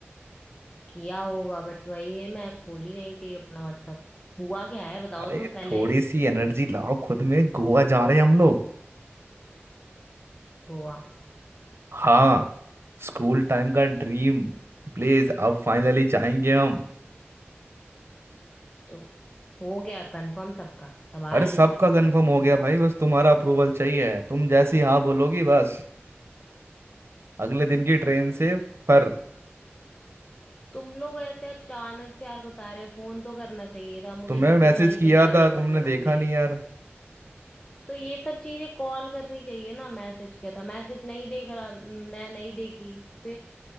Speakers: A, on the left (about 20°); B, on the right (about 70°).
A: किया होगा बट वही है मैं खोली नहीं थी अपना व्हाट्सएप हुआ क्या है बताओ
B: अरे
A: तो पहले
B: थोड़ी सी एनर्जी लाओ खुद में गोवा जा रहे हैं हम लोग
A: गोवा
B: हाँ स्कूल टाइम का ड्रीम प्लीज अब फाइनली जाएंगे हम
A: तो हो गया कंफर्म सबका सब
B: अरे
A: आ रहे
B: सबका
A: हैं
B: कंफर्म हो गया भाई बस तुम्हारा अप्रूवल चाहिए तुम जैसी हाँ बोलोगी बस अगले दिन की ट्रेन
A: तो
B: से पर
A: तुम लोग ऐसे अचानक से यार बता रहे हो फोन तो करना चाहिए था मुझे
B: तुम्हें
A: कितनी
B: मैसेज
A: सारी
B: किया
A: तैयारियां
B: था
A: करनी
B: तुमने
A: होंगी
B: देखा नहीं यार
A: तो ये सब चीजें कॉल करनी चाहिए ना मैसेज किया था मैसेज नहीं देख रहा मैं नहीं देखी फिर